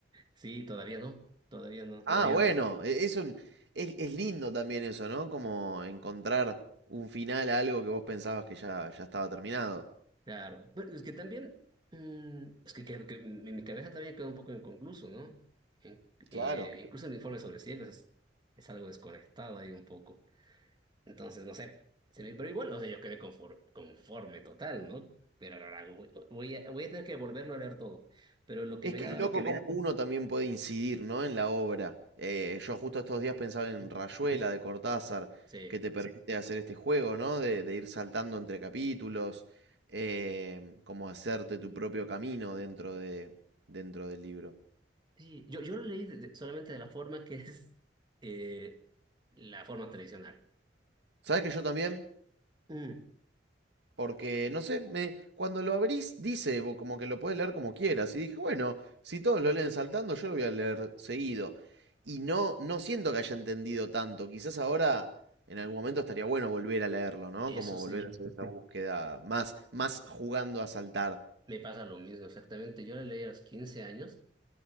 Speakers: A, on the right; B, on the right.
A: Sí, todavía no, todavía no.
B: Ah, Todavía no. bueno, e- es un, es, es lindo también eso, ¿no? Como encontrar un final a algo que vos pensabas que ya, ya estaba terminado.
A: Claro. Bueno, es que también, mm, es que, creo que mi, mi cabeza también quedó un poco inconcluso, ¿no? En- eh,
B: Claro.
A: incluso el informe sobre ciegos es, es algo desconectado ahí un poco. Entonces, no sé, se me- pero igual, no sé, yo quedé conforme, conforme total, ¿no? Pero ahora voy, voy a, voy a tener que volverlo a leer todo. Pero lo
B: Es
A: que me
B: que
A: da,
B: Yo es Lo que loco le cómo da. uno también puede incidir, ¿no? En la obra. Eh, yo justo estos días pensaba en
A: Ujú.
B: Rayuela de Cortázar,
A: sí,
B: que te Sí. permite hacer este juego, ¿no? De, de ir saltando entre capítulos, eh, como hacerte tu propio camino dentro de, dentro del libro.
A: sí, yo, yo lo leí de- de- solamente de la forma que es eh, la forma tradicional.
B: ¿Sabes que yo también?
A: Mm,
B: Porque, no sé, me, cuando lo abrís dice bo- como que lo podés leer como quieras. Y dije, bueno, si todos lo leen saltando, yo lo voy a leer seguido. Y no, no siento que haya entendido tanto. Quizás ahora, en algún momento, estaría bueno volver a leerlo, ¿no?
A: Eso
B: Como
A: sí,
B: volver a hacer esa búsqueda más, más jugando a saltar.
A: me pasa lo mismo exactamente. Yo lo leí a los 15 años,